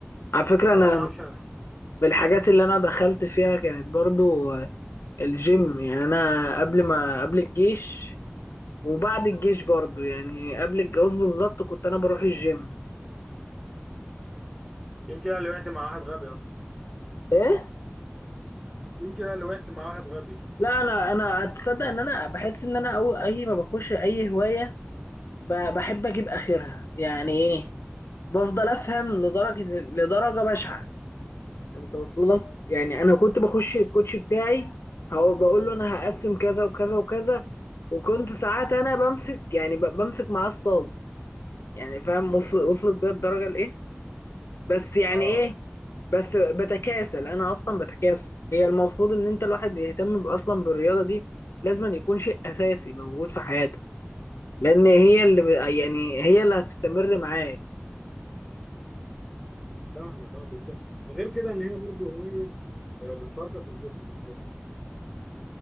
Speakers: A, on the left (about 80°); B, in the centre.
A: على فكره
B: لا
A: انا
B: ما اعرفش أنا.
A: بالحاجات اللي انا دخلت فيها كانت برضو الجيم يعني انا قبل ما قبل الجيش وبعد الجيش برضو يعني قبل الجواز بالظبط كنت انا بروح الجيم
B: يمكن انا اللي وقعت مع واحد غبي يا اسطى
A: ايه
B: يمكن انا اللي وقعت مع واحد غبي
A: لا انا انا اتصدق ان انا بحس ان انا أو اي ما بخش اي هوايه ب- بحب اجيب اخرها يعني ايه بفضل افهم لدرجه لدرجه بشعه انت واصل لك يعني انا كنت بخش الكوتش بتاعي هو بقول له انا هقسم كذا وكذا وكذا وكنت ساعات انا بمسك يعني ب- بمسك معاه الصاله يعني فاهم وصل وصلت بيا الدرجه لايه بس يعني
B: اه
A: ايه بس بتكاسل انا اصلا بتكاسل هي المفروض ان انت الواحد يهتم ب- اصلا بالرياضه دي لازم يكون شيء اساسي موجود في حياتك لان هي اللي ب- يعني هي اللي هتستمر معاك
B: فاهمك اه بالظبط غير كده ان هي برضو هوايه آه، بتنظف الجسم وكده حلو